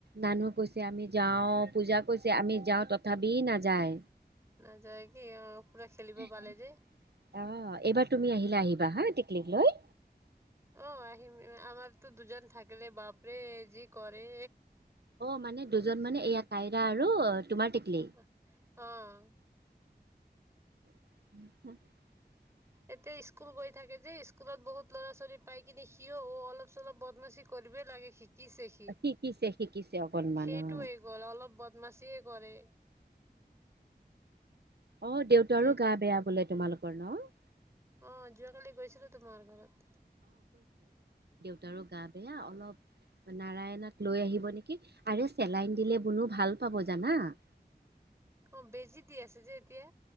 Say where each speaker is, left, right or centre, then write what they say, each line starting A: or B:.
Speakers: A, on the right; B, on the right.
A: নানুহ কৈছে আমি যাও পূজা কৈছে আমি যাও তথাপি নাযায়
B: না যাইকি অ পুৰা খেলিব
A: আহ
B: পালে যে
A: এইবাৰ তুমি আহিলে আহিবা হা টিকলিক লৈ
B: অ আহিম আমাৰতো দুজন থাকিল বাপৰে যি কৰে
A: অ মানে দুজন মানে এয়া কাইৰা আৰু তোমাৰ টিকলি
B: অ'।
A: <inaudible>
B: এতিয়া স্কুল গৈ থাকে যে স্কুলত বহুত ল'ৰা ছোৱালী পাই কিনে সিয় অ', অলপ চলপ বদমাচি কৰিবই লাগে শিক শিকিছে সি
A: শিকিছে শিকিছে অকনমান
B: সেইটোৱে
A: অ
B: কৰ অলপ বদমাচিয়ে কৰে।
A: অ', দেউতাৰো
B: সেই
A: গা বেয়া বোলে তোমালোকৰ ন'।
B: অ', যোৱাকালি গৈছিলো তোমাৰ ঘৰত।
A: তা আৰু গা বেয়া অলপ নাৰায়ণক লৈ আহিব নেকি আৰু চেলাইন দিলে বোলো ভাল পাব জানা। <inaudible>
B: অ', বেজি দি আছে যে এতিয়া।